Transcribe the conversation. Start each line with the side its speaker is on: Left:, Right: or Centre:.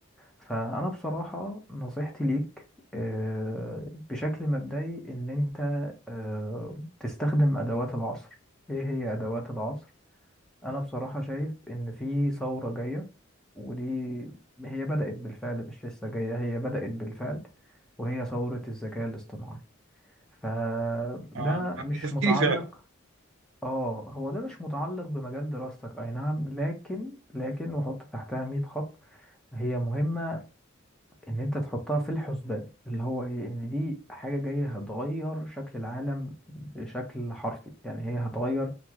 Centre: فانا بصراحة نصيحتي ليك آه، بشكل مبدئي ان انت آه، تستخدم ادوات العصر ايه هي ادوات العصر انا بصراحة شايف ان في ثورة جاية ودي هي بدأت بالفعل مش لسه جاية هي بدأت بالفعل وهي ثورة الذكاء الاصطناعي فده
Right: اه
Centre: مش
Right: اه ده تفكيري
Centre: متعلق
Right: فعلا
Centre: اه هو ده مش متعلق بمجال دراستك اي نعم لكن لكن وحط تحتها 100 خط هي مهمة ان انت تحطها في الحسبان اللي هو ايه ان دي حاجة جاية هتغير شكل العالم بشكل حرفي يعني هي هتغير